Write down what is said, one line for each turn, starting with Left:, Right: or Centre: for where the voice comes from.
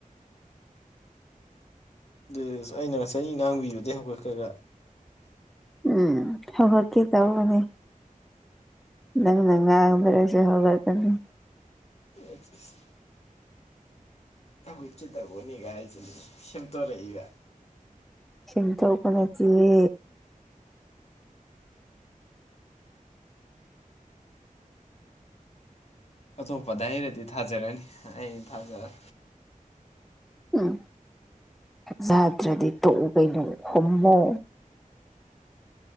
Left: ꯑꯗꯨ ꯑꯩꯅ ꯉꯁꯥꯏ ꯉꯥꯡꯕꯤꯌꯨꯗꯒꯤꯩ ꯍꯧꯒꯠꯈ꯭ꯔꯒ
Centre: ꯎꯝ ꯍ ꯍꯣꯏ ꯀ ꯇꯧꯅꯦ꯫ ꯅꯪ ꯅꯪꯒꯗ꯭ꯔꯣꯁꯤ ꯍꯒꯠ꯭ꯛꯅꯤ꯫
Left: <inaudible> ꯍꯥꯎꯒꯠꯀꯦ ꯇꯦꯕꯅꯦ ꯀꯥꯏꯅꯥ ꯁꯦꯝꯗꯣꯔꯛ ꯏꯕꯥ
Centre: ꯁꯦꯝꯝꯗꯣꯀꯞ ꯅꯠꯇꯌꯦ꯫
Left: ꯑꯇꯣꯞꯄꯗ ꯑꯩꯔꯗꯤ ꯊꯥꯖꯔꯅꯤ ꯑꯩ ꯊꯥꯖꯔꯦ꯫
Centre: ꯎꯝ ꯊꯛꯖꯗ꯭ꯔꯗꯤ ꯇꯣꯛꯎ ꯀꯩꯅꯣ ꯍꯝꯃꯣ꯫